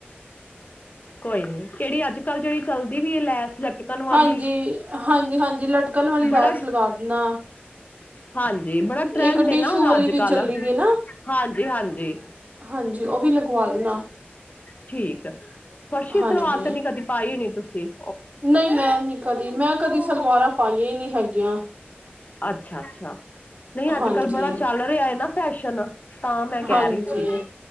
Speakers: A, on the left; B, on the right.
A: ਕੋਈ ਨੀ ਕਿਹੜੀ ਅੱਜ ਕੱਲ੍ਹ ਜਿਹੜੀ ਚੱਲਦੀ ਵੀ ਏ ਲੈਸ ਲ ਚਿਕਨ ਵਾਲੀ,
B: ਹਾਂਜੀ ਹਾਂਜੀ ਹਾਂਜੀ ਲਟਕਣ ਵਾਲੀ ਲੈਸ
A: ਬੜਾ,
B: ਲਗਾ ਦੇਣਾ
A: ਹਾਂਜੀ ਬੜਾ ਟਰੈਂਡ
B: ਇੱਕ ਟਿਸ਼ੂ
A: ਏ ਨਾ ਉਹਦਾ
B: ਵਾਲੀ
A: ਅੱਜ
B: ਵੀ
A: -ਕੱਲ
B: ਚੱਲੀ ਦੀ ਹੈ ਨਾ
A: ਹਾਂਜੀ, ਹਾਂਜੀ।
B: ਹਾਂਜੀ ਉਹ ਵੀ ਲਗਵਾ ਦੇਣਾ ।
A: ਠੀਕ ਆ, ਫਰਸ਼ੀ
B: ਹਾਂਜੀ
A: ਸਲਵਾਰ ਤੇ ਨੀ ਕਦੇ ਪਾਈ ਹੋਣੀ ਤੁਸੀਂ? ਤੇ
B: ਨਹੀਂ ਮੈਂ ਨੀ ਕਦੀ ਮੈਂ ਕਦੀ ਸਲਵਾਰਾਂ ਪਾਈਆਂ ਹੀ ਨਹੀ ਹੈਗੀਆਂ।
A: ਅੱਛਾ ਅੱਛਾ ਨਹੀਂ ਅੱਜ
B: ਹਾਂਜੀ,
A: ਕੱਲ ਬੜਾ ਚੱਲ ਰਿਹਾ ਹੈ ਨਾ ਫੈਸ਼ਨ ਤਾਂ ਮੈਂ ਕਹਿ
B: ਹਾਂਜੀ,
A: ਰਹੀ ਸੀ